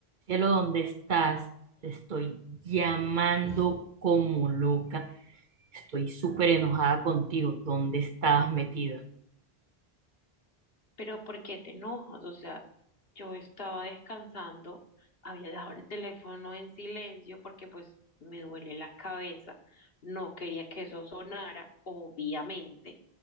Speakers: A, on the right; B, on the left.
A: Cielo, ¿dónde estás? Te estoy llamando como loca. Estoy súper enojada contigo. ¿Dónde estabas metida?
B: Pero ¿por qué te enojas? O sea, yo estaba descansando, había dejado el teléfono en silencio porque pues me duele la cabeza, no quería que eso sonara, obviamente.